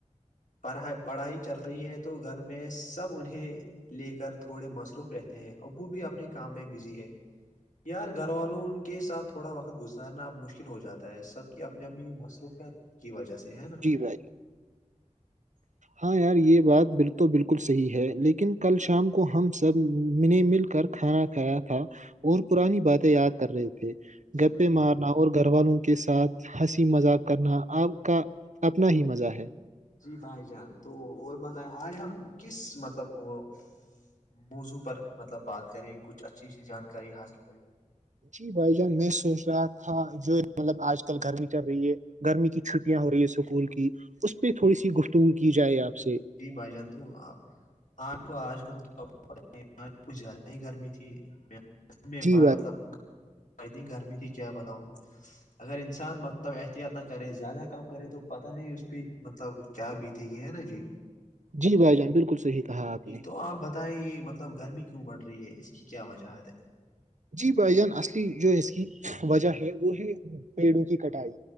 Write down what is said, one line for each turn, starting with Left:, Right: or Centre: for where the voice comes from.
Left: پڑھائی پڑھائی چل رہی ہے تو گھر میں سب انہیں لے کر تھوڑے مصروف رہتے ہیں ابو بھی اپنے کام میں بزی ہے یار گھر والوں ان کے ساتھ تھوڑا وقت گزارنا اب مشکل ہو جاتا تو سب کی اپنی اپنی مصروفت کی وجہ سے ہے نا
Right: جی بھائی
Left: <inaudible>
Right: ہاں یار یہ بات بال تو بالکل صحیح ہے لیکن کل شام کو ہم سب میں مل کر کھانا کھایا تھا اور پرانی باتیں یاد کر رہے تھے
Left: جی
Right: گپے
Left: بھائی
Right: مارنا اور گھر والوں کے ساتھ ہنسی مذاق کرنا آپ کا اپنا ہی مزہ ہے
Left: جی بھائی جان تو اور بتائیں آج ہم کس مطلب وہ موضوع پر مطلب بات کریں کچھ اچھی جانکاری حاصل کریں
Right: جی بھائی جان میں سوچ رہا تھا جو مطلب آج کل گرمی چل رہی ہے گرمی کی چھٹیاں ہو رہی ہے اسکول کی اس پہ تھوڑی سی گفتگو کی جائے آپ سے
Left: جی بھائی جان تو آپ آپ تو آج کل تو کچھ زیادہ ہی گرمی تھی میں
Right: جی بھائی
Left: مطلب اتنی گرمی تھی کیا بتاؤں اگر انسان مطلب احتیاط نہ کرے زیادہ کام کرے تو پتہ نہیں اس پہ مطلب کیا بیتے یہ ہے نا جی
Right: جی بھائی جان بالکل صحیح کہا آپ
Left: جی
Right: نے
Left: تو آپ بتائیںے مطلب گرمی کیوں بڑھ رہی ہے اس کی کیا وجہت ہے
Right: جی بھائی جان اصلی جو اس کی وجہ ہے وہ ہے پیڑوں کی کٹائی